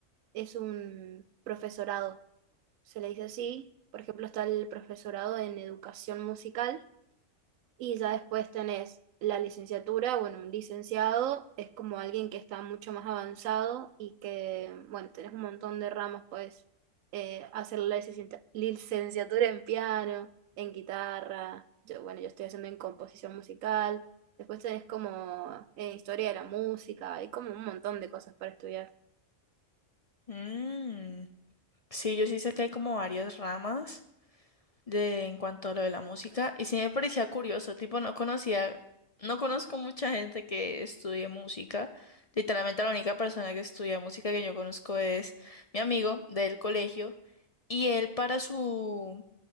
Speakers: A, on the right; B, on the left.
A: es un profesorado, se le dice así. Por ejemplo, está el profesorado en educación musical Y ya después tenés la licenciatura, bueno, un licenciado es como alguien que está mucho más avanzado y que, bueno, tenés un montón de ramas, puedes eh, hacer la licencia- licenciatura en piano, en guitarra, yo, bueno, yo estoy haciendo en composición musical, después tenés como eh, historia de la música, hay como un montón de cosas para estudiar.
B: Mm, Sí, yo sí sé que hay como varias ramas de en cuanto a lo de la música y sí me parecía curioso, tipo no conocía, no conozco mucha gente que estudie música. Literalmente la única persona que estudia música que yo conozco es mi amigo del colegio y él para su